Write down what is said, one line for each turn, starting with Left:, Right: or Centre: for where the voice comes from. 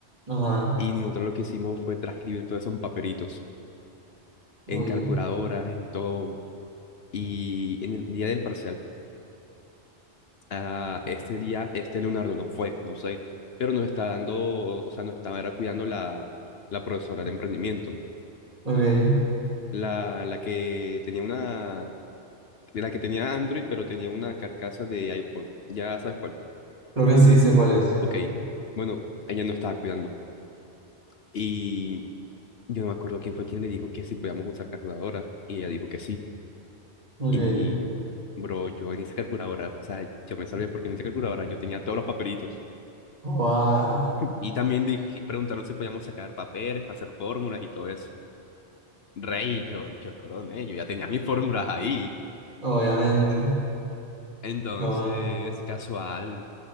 Right: Ajá.
Left: Y nosotros lo que hicimos fue transcribir todos esos papelitos
Right: Uy.
Left: en calculadoras, en todo. Y en el día del parcial, ah, este día, este Leonardo no fue, no sé, pero nos está dando, o sea, nos estaba era cuidando la, la profesora de emprendimiento,
Right: Ok.
Left: la, la que tenía una de la que tenía Android, pero tenía una carcasa de iPhone. Ya sabes cuál.
Right: Creo que sí sé cuál es.
Left: Ok. Bueno, ella no estaba cuidando. Y yo no me acuerdo quién fue quien le dijo que si podíamos usar calculadora. Y ella dijo que sí.
Right: Ok.
Left: Y, bro, yo en esa calculadora, o sea, yo me salvé porque en esa calculadora yo tenía todos los papelitos.
Right: Guau,
Left: Y también dije- preguntaron si podíamos sacar papeles para hacer fórmulas y todo eso. Rey, yo, yo coroné, yo ya tenía mis fórmulas ahí.
Right: Obviamente.
Left: Entonces,
Right: Guau,
Left: casual.